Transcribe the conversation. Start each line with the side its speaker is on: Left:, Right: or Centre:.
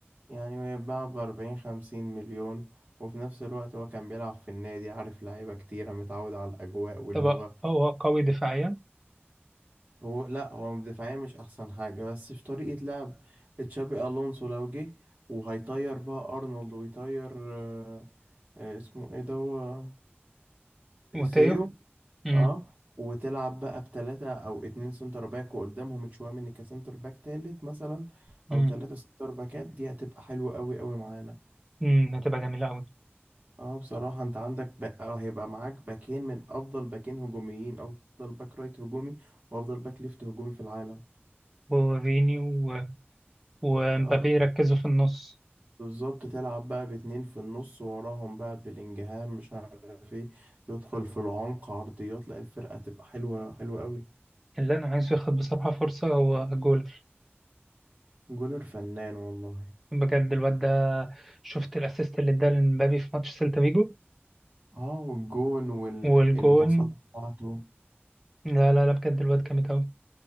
Right: يعني هيتباع بأربعين خمسين مليون وفي نفس الوقت هو كان بيلعب في النادي عارف لعيبة كتيرة متعود على الأجواء واللغة
Centre: تبقى هو قوي دفاعيا
Right: هو لأ هو دفاعيا مش أحسن حاجة بس في طريقة لعب تشابي ألونسو لو جه وهيطير بقى أرنولد ويطير آه، آه، اسمه إيه ده هو
Centre: وتيو
Right: ثيو
Centre: مم.
Right: اه وتلعب بقى بتلاتة او اتنين سنتر باك وقدامهم تشواميني كسنتر باك تالت مثلا
Centre: مم.
Right: او تلاتة سنتر باكات دي هتبقى حلوة قوي قوي معانا
Centre: مم، هتبقى جميلة أوي
Right: اه بصراحة انت عندك بقى آه هيبقى معاك باكين من افضل باكين هجوميين افضل باك رايت هجومي وافضل باك ليفت هجومي في العالم
Centre: وفيني و... ومبابي
Right: اه
Centre: يركزوا في النص
Right: بالظبط تلعب بقى باتنين في النص وراهم بقى بالانجهام مش عارف ايه يدخل في العمق عرضيات لا الفرقة هتبقى حلوة حلوة قوي
Centre: اللي انا عايزه ياخد بصراحه فرصه هو جول
Right: جولر فنان والله
Centre: بجد الواد ده شفت الاسيست اللي اداه لمبابي في ماتش سيلتا فيجو
Right: اه والجون والبساطة
Centre: والجون
Right: بتاعته
Centre: لا لا لا بجد الواد جامد قوي